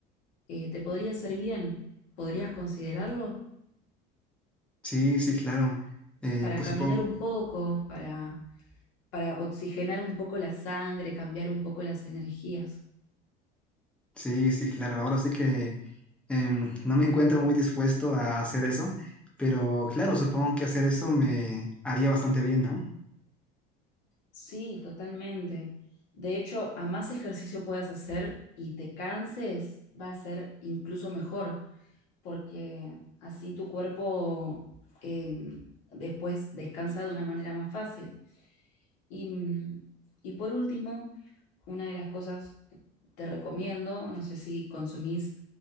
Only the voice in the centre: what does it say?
Sí, sí, claro. Eh,
pues
supongo.
Sí, sí, claro. Ahora sí que em, no me encuentro muy dispuesto a hacer eso, pero claro, supongo que hacer eso me haría bastante bien, ¿no?